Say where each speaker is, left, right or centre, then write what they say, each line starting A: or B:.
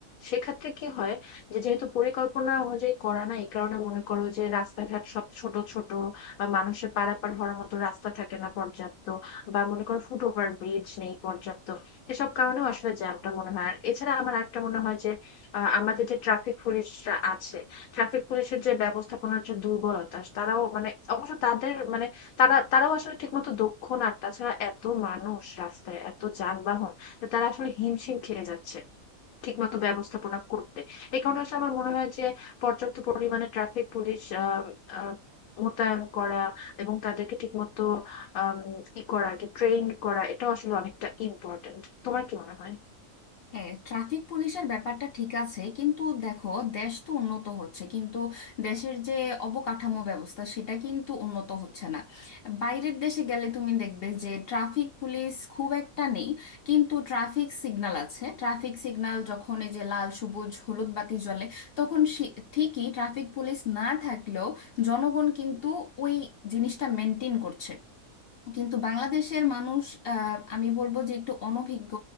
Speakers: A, on the left; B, on the left.
A: সেক্ষেত্রে কি হয় যে যেহেতু পরিকল্পনা অনুযায়ী করা না এই কারণে মনে করো যে রাস্তাঘাট সব ছোট ছোট বা মানুষের পারাপার হওয়ার মতো রাস্তা থাকে না পর্যাপ্ত বা মনে করো ফুটওভার ব্রিজ নেই পর্যাপ্ত এসব কারণেও আসলে জ্যামটা মনে হয় আর এছাড়া আমার একটা মনে হয় যে আহ, আমাদের যে ট্রাফিক পুলিশরা আছে ট্রাফিক পুলিশের যে ব্যবস্থাপনার যে দুর্বলতা তারাও মানে অবশ্য তাদের মানে তারা তারাও আসলে ঠিকমতো দক্ষ না আর তাছাড়া এত মানুষ রাস্তায় এত যানবাহন যে তারা আসলে হিমশিম খেয়ে যাচ্ছে ঠিকমতো ব্যবস্থাপনা করতে এই কারণে আসলে আমার মনে হয় যে পর্যাপ্ত পরিমাণে ট্রাফিক পুলিশ আহ আহ, মোতায়েন করা এবং তাদেরকে ঠিকমতো আম, ই করা ট্রেন করা এটাও আসলে অনেকটা ইম্পর্টেন্ট তোমার কি মনে হয়
B: হ্যাঁ ট্রাফিক পুলিশের ব্যাপারটা ঠিক আছে কিন্তু দেখো দেশ তো উন্নত হচ্ছে কিন্তু দেশের যে অবকাঠামো ব্যবস্থা সেটা কিন্তু উন্নত হচ্ছে না বাইরের দেশে গেলে তুমি দেখবে যে ট্রাফিক পুলিশ খুব একটা নেই কিন্তু ট্রাফিক সিগন্যাল আছে ট্রাফিক সিগন্যাল যখন এই যে লাল সবুজ হলুদ বাতি জ্বলে তখন সে- ঠিকই ট্রাফিক পুলিশ না থাকলেও জনগণ কিন্তু ওই জিনিসটা মেনটেন করছে কিন্তু বাংলাদেশের মানুষ আহ, আমি বলবো যে একটু অনভিজ্ঞ